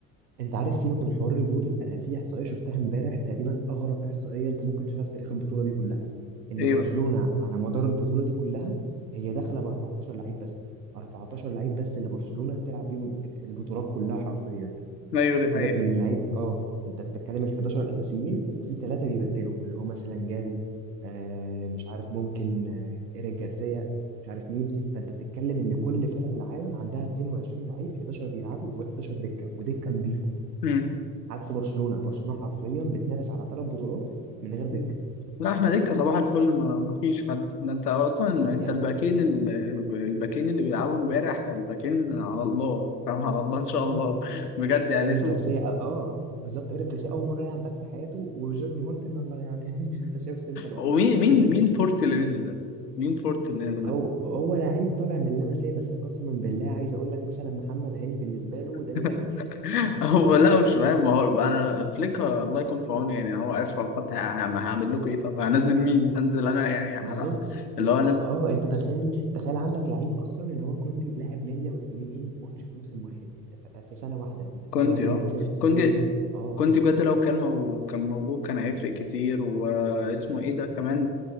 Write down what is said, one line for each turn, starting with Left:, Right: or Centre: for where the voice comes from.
Right: انت عارف سيبك من حوار الجول انا في احصائيه شفتها امبارح تقريبا اغرب احصائيه انت ممكن تشوفها في تاريخ البطوله دي كلها ان
Left: ايه
Right: برشلونه
Left: بقى
Right: على مدار البطوله دي كلها هي داخله ب 14 لعيب بس 14 لعيب بس اللي برشلونه بتلعب بيهم البطولات كلها حرفيا
Left: ايوه دي حقيقة
Right: سيبك من اللعيب اه انت بتتكلم ال 11 الاساسيين وفي ثلاثه بيبدلوا اللي هما سلنجاري آه مش عارف ممكن آه ايريك جارسيا مش عارف مين فانت بتتكلم ان كل فرق العالم عندها 22 لعيب 11 بيلعبوا و11 دكه ودكه نظيفه
Left: مم.
Right: عكس برشلونه برشلونه حرفيا بتنافس على ثلاث بطولات من غير دكه
Left: مم. لا احنا دكة صباح الفل ما ما فيش حد ده انت اصلا
Right: اه
Left: انت
Right: يعني
Left: الباكين ال- الباكين اللي بيلعبوا امبارح الباكين على الله فاهم على الله ان شاء
Right: اه
Left: الله بجد يعني
Right: ايريك
Left: اسمه
Right: جارسيا اه آه، بالظبط ايريك جارسيا اول مره يلعب باك في حياته وجيرد مارتن الله يعني <laughs> انت شفت انت لوحدك
Left: ومين مين
Right: <laughs>
Left: مين فورت اللي نزل ده مين فورت اللي نزل
Right: هو
Left: ده
Right: هو لعيب طالع من لاماسيا بس قسما بالله عايز اقول لك مثلا محمد هاني بالنسبه له داني
Left: <laughs>
Right: الفيش <laughs>
Left: هو لا مش فاهم ما هو بقى انا فليك الله يكون في عونه يعني هو عارف على الخط ه- ه- هعمل لكم ايه طب هنزل مين هنزل انا يعني
Right: بالظبط
Left: هحرق اللي
Right: انت
Left: هو انا
Right: اه انت تخيل تخيل عندك لعيب اصلا اللي هو كوندي لاعب 102 ماتش في موسم واحد انت ف- في سنه واحده انت فاهم
Left: كوندي
Right: يعني ايه
Left: اه
Right: هيثم الاحصائيه
Left: كوندي
Right: دي اه
Left: كنت بجد لو كان مو... كان موجود كان هيفرق كتير واسمه ايه ده كمان